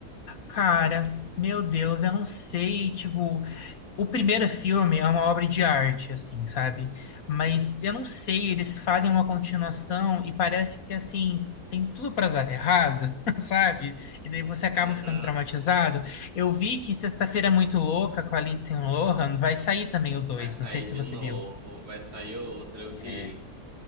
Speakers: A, on the left (about 60°); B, on the right (about 70°).
A: Cara, meu Deus, eu não sei, tipo. O primeiro filme é uma obra de arte, assim, sabe? Mas eu não sei, eles fazem uma continuação e parece que, assim, tem tudo pra dar errado, <laughs> sabe? E daí você acaba
B: Aham.
A: ficando traumatizado. Eu vi que Sexta-feira é Muito Louca com a Lindsay Lohan vai sair também o 2.
B: Vai sair
A: não sei se
B: de
A: você
B: novo.
A: viu.
B: Vai sair outro, eu vi.
A: É.